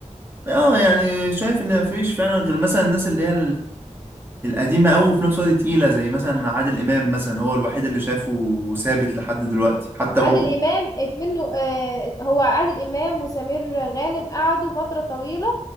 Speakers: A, on the right; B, on the left.
A: اه يعني شايف ان مفيش فعلا غير مثلا الناس اللي هي القديمة أوي وفي نفس الوقت تقيلة زي مثلا عادل إمام مثلا هو الوحيد اللي شافه ثابت لحد دلوقتي حتى
B: عادل
A: هو
B: امام ات- منه آه، هو عادل امام وسمير غانم قعدوا فتره طويله